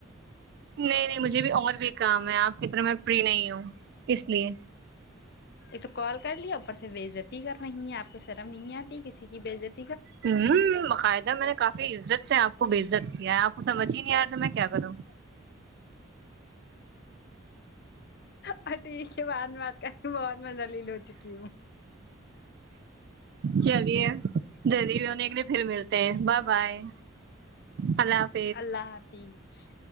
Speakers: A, on the right; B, on the left.
A: نہیں نہیں مجھے بھی اور بھی کام ہے آپ کی طرح میں فری نہیں ہوں اس لیے
B: ایک تو کال کر لیا اوپر سے بےعزتی کر رہ ہے آپ کو شرم نہیں آتی کسی کی بےزتی
A: ہوں باقاعدہ میں نے کافی عزت سے آپ کو بےعزت کیا ہے آپ کو سجھ ہی نہیں آیا تو میں کیا کروں
B: اور ٹھیک ہے بات بات کرنے بہت میں زلیل ہو چکی ہوں
A: چلیے جلیل جونے کیلئے پھر ملتے ہیں با بائے ہلو
B: اللہ حافظ